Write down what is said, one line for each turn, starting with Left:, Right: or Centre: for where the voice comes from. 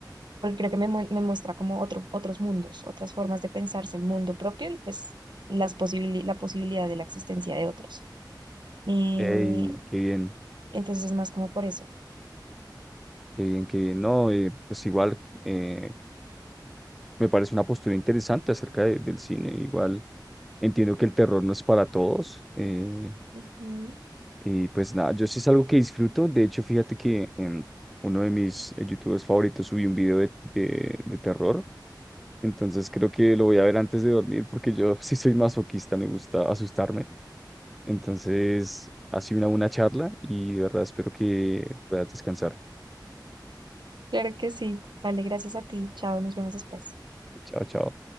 Right: porque creo que me, mu- me muestra como otro, otros mundos, otras formas de pensarse el mundo propio y pues las posibili- la posibilidad de la existencia de otros. Eh,
Centre: qué bien,
Right: entonces es más como por eso.
Centre: qué bien, qué bien. No, eh, pues igual eh, me parece una postura interesante acerca de- del cine. Igual entiendo que el terror no es para todos. eh,
Right: Ujú.
Centre: y pues nada, yo sí es algo que disfruto. De hecho, fíjate que en uno de mis eh, youtubers favoritos subí un video de, de, de terror. Entonces creo que lo voy a ver antes de dormir porque yo <laughs> sí soy masoquista, me gusta asustarme. Entonces, ha sido una buena charla y de verdad espero que puedas descansar.
Right: Claro que sí. Vale, gracias a ti. Chao, nos vemos después.
Centre: Chao, chao.